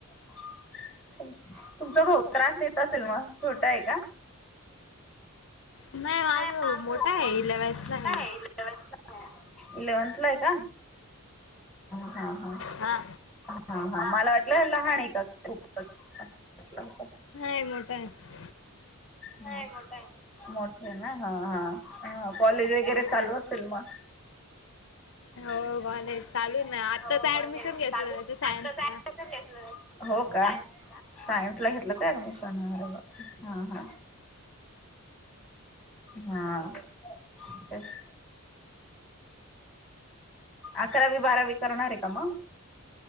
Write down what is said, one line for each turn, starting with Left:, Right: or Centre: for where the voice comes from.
Centre: हा. तुमचा भाऊ त्रास देत असेल मग छोटा आहे का?
Left: नाही माझ
Centre: माझा भाऊ
Left: मोठा आहे
Centre: मोठाय
Left: इलेव्हनथला आहे
Centre: माझ्यापेक्षा. इलेवनथला आहे का? ह ह
Left: हा
Centre: हा हा मला वाटलं लहान आहे का खूपच? म्हटला होता.
Left: नाही मोठा आहे
Centre: नाही मोठायं. मोठे ना हा हा हा कॉलेज वगैरे चालू असेल मग.
Left: हो
Centre: हो
Left: कॉलेज चालू आहे ना आत्ताच
Centre: हो
Left: ऍडमिशन
Centre: कॉलेज
Left: घेतलं
Centre: चालू
Left: त्याच सायन्सला
Centre: आत्ता सायन्सचं घेतलं. हो का? सायन्स ला घेतलं का ऍडमिशन? अरे बापरे हा हा असं हा तेच अकरावी बारावी करणारये का मग?